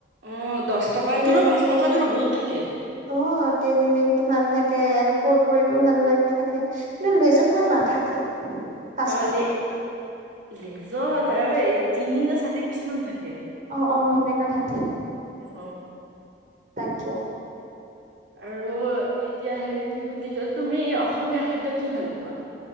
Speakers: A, on the right; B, on the right.
A: অ', দহ টকাটোৰো
B: তেৰেমেৰে
A: পাঁচ টকাটোৰো বহুত থাকে।
B: অ তেৰেমেৰে টো ভাল থাকে। থাকে আৰু কুৰ কুৰিতো সেইবিলাক থাকে কিন্তু লেইছত ইমান নাথাকে। পাঁচ
A: অ
B: টকা
A: ল লেজৰ ত তিনি নে চাৰি পিচ মান থাকে
B: অ অ সেনেকা থাকে
A: অ',
B: তাকে।
A: আৰু এতিয়া হেৰি কি বুলি কলে তুমি অসমীয়া খাদ্য কি ভাল পোৱা?